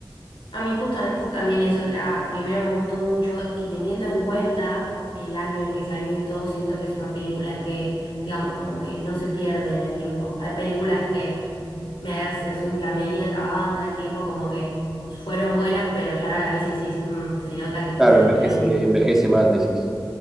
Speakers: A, on the left; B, in the centre.
A: A mí justamente también eso, la primera me gustó mucho y teniendo en cuenta el año en el que salió y todo, siento que es una película que, digamos, como que no se pierde en el tiempo. Hay películas que me da la sensación que a medida que avanza el tiempo, como que fueron buenas, pero ya a la vez decís, "Mm, se nota que se
B: Claro,
A: hizo en
B: envejece,
A: este año.
B: envejece mal, decís.